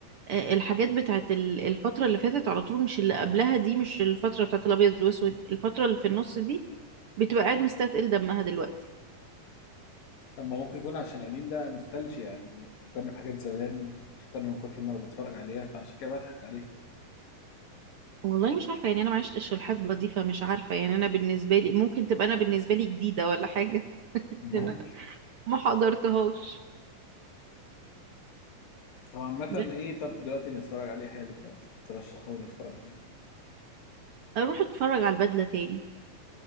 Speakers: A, on the right (about 60°); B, on the left (about 75°).
A: آه، الحاجات بتاعت ال- الفترة اللي فاتت على طول مش اللي قبلها دي مش الفترة بتاعت الأبيض والأسود الفترة اللي في النص دي بتبقى قاعد مستثقل دمها دلوقتي
B: طب ما ممكن يكون عشان قديم ده نوستالجيا يعني بيفكرني بحاجات زمان بتفكرني من كتر ما انا بتفرج عليها فعشان كده بضحك عليه
A: والله مش عارفة يعني أنا ما عشتش الحقبة دي فمش عارفة يعني أنا بالنسبة لي ممكن تبقى أنا بالنسبة لي جديدة ولا حاجة <laughs>
B: ممكن
A: لأن أنا ما حضرتهاش
B: هو عامة
A: بس
B: ايه طب دلوقتي نتفرج عليه حلو دلوقتي ترشحه لي نتفرج عليه
A: أروح أتفرج على البدلة تاني